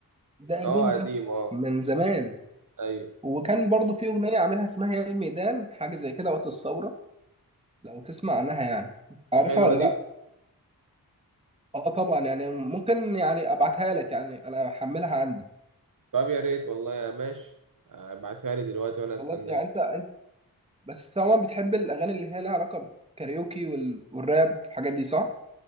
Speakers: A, on the right (about 15°); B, on the right (about 55°).
A: ده قديم
B: اه قديم
A: ده
B: اه
A: من زمان
B: أيوه
A: وكان برضو في اغنيه عاملها اسمها يا الميدان حاجه زي كده وقت الثوره لو تسمع عنها يعني عارفها
B: دي حلوة
A: ولا لا
B: دي
A: اه طبعا يعني ممكن يعني ابعتها لك يعني انا احملها عندي
B: طب يا ريت والله يا ماشي آه، ابعتها لي دلوقتي وأنا استناك
A: خلاص يعني انت انت بس طبعا بتحب الاغاني اللي هي لها علاقه بالكاريوكي وال- والراب والحاجات دي صح